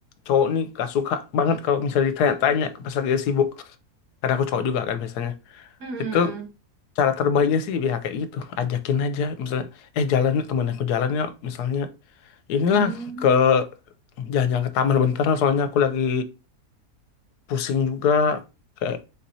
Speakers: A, on the left (about 80°); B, on the right (about 80°).
A: cowok nih gak suka banget kalau misalnya ditanya-tanya ke pas lagi sibuk. Karena aku cowok juga kan biasanya.
B: Hmm. hmm,
A: Itu
B: hmm.
A: cara terbaiknya sih ya kayak gitu, ajakin aja misalnya, eh jalan nih temen aku jalan yuk misalnya. Inilah
B: Hmm.
A: ke jalan-jalan ke taman bentar lah, soalnya aku lagi pusing juga kayak